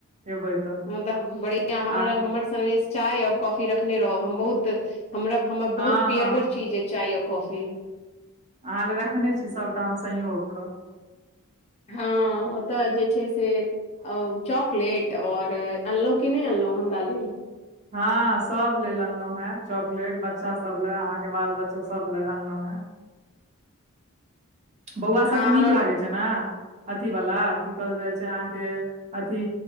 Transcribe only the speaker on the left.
बढ़आ
हमर से चाय ओर कॉफी रखने रहब हम बहुत हमरा हमर
बहुत पियरगर
चीज है चाय आर कॉफी,
ह ओतय जे छै से चॉकलेट ओर अनलहुँ कि नहि अनलहुँ हमरा लेल,
हँ
हमर